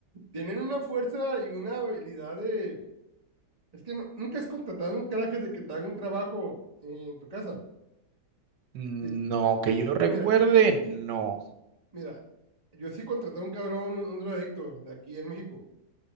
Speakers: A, on the right; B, on the right.
A: tienen una fuerza y una habilidad de, Es que no- nunca has contratado un canje de que te haga un trabajo en tu casa.
B: No,
A: Te-
B: que yo recuerde,
A: Mira,
B: no.
A: mira, yo sí contraté a un cabrón, un, un drogadicto de aquí en México.